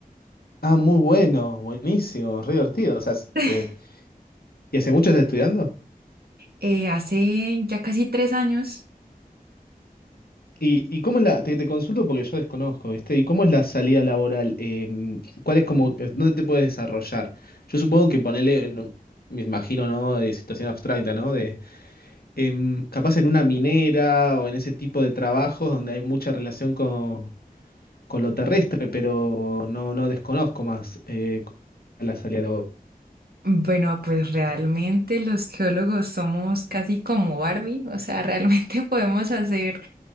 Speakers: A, on the left; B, on the right.
A: Ah, muy bueno, buenísimo, re divertido. O sea, es-
B: <laughs>
A: eh, ¿y hace mucho estás estudiando?
B: Eh, hace ya casi tres años.
A: ¿Y, y cómo es la, te, te consulto porque yo desconozco, ¿viste? ¿Y cómo es la salida laboral? Em, ¿cuál es como, eh, dónde te puedes desarrollar? Yo supongo que ponerle, me imagino, ¿no? De situación abstracta, ¿no? De em, capaz en una minera o en ese tipo de trabajos donde hay mucha relación con, con lo terrestre, pero no, no desconozco más eh, la salida laboral.
B: Bueno, pues realmente los geólogos somos casi como Barbie, o sea, realmente <laughs> podemos hacer,